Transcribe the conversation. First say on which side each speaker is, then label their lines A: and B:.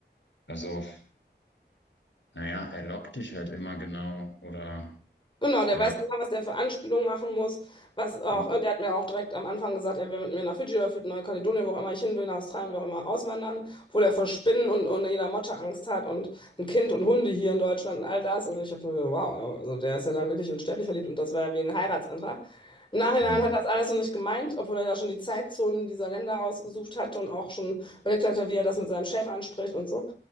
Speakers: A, on the left; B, on the left.
A: also, f- naja, er lockt dich halt immer genau, oder,
B: Genau, der
A: ja,
B: weiß genau, was der für Anspielungen machen muss, was auch,
A: ja,
B: und der hat mir auch direkt am Anfang gesagt, er will mit mir nach Fidschi oder für Neukaledonien, wo auch immer ich hin will, nach Australien, wo auch immer, auswandern, obwohl er vor Spinnen und, und jeder Motte Angst hat und ein Kind und Hunde hier in Deutschland und all das. Und ich habe mir gedacht, wow, also der ist ja dann wirklich unsterblich verliebt und das war ja wie ein Heiratsantrag. Im Nachhinein
A: mhm.
B: hat er das alles so nicht gemeint, obwohl er da schon die Zeitzonen dieser Länder ausgesucht hatte und auch schon überlegt hatte, wie er das mit seinem Chef anspricht und so.